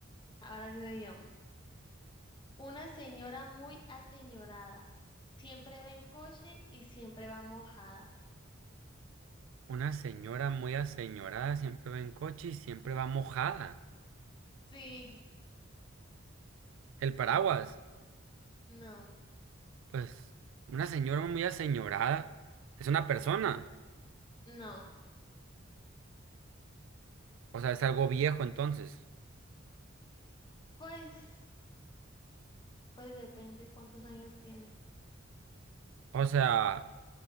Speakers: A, on the left; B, on the right.
A: Ahora sí voy yo. Una señora muy aseñorada. Siempre va en coche y siempre va mojada.
B: Una señora muy aseñorada siempre va en coche y siempre va mojada.
A: Sí.
B: El paraguas.
A: No,
B: Pues una señora muy aseñorada es una persona,
A: no.
B: o sea, es algo viejo entonces.
A: Pues, pues depende cuántos años tiene.
B: O sea,